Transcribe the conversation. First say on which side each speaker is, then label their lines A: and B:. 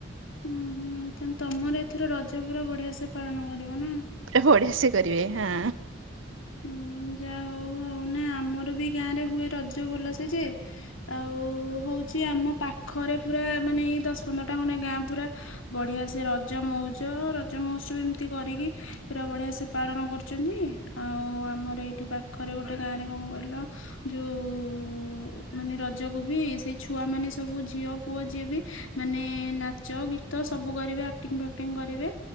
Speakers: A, on the left; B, on the right.
A: ହୁଁ ହୁଁ ତାହେଲେ ତମର ଏଥର ରଜ ପୁରା ବଢିଆ ସେ ପାଳନ କରିବ ନା।
B: ପୁରା ବଢିଆ ସେ କରିବେ ହଁ।
A: ହୁଁ ଯାହା ହଉ ଆଉ ନା ଆମର ବି ଗାଁ ରେ ହୁଏ ରଜ ଭଲ ସେ ଯେ ଆଉ ହଉଛି ଆମ ପାଖରେ ପୁରା ମାନେ ଏଇ ଦଶ ପନ୍ଦରଟା ଖଣ୍ଡେ ଗାଁ ପୁରା ବଢିଆ ସେ ରଜ ମଉଜ ରଜ ମହ ଉତ୍ସବ ଏମିତି କରିକି ପୁରା ବଢିଆ ସେ ପାଳନ କରୁଛନ୍ତି। ଆଉ ଆମର ଏଇଠି ପାଖରେ ଗୋଟେ ଗାଁ ରେ କଣ କହିଲ ଯଉ ମାନେ ରଜକୁ ବି ସେଇ ଛୁଆ ମାନେ ସବୁ ଝିଅ ପୁଅ ଯିଏ ବି ମାନେ ନାଚ ଗୀତ ସବୁ କରିବେ ଆକ୍ଟିଂ ଫାକ୍ଟିଂ କରିବେ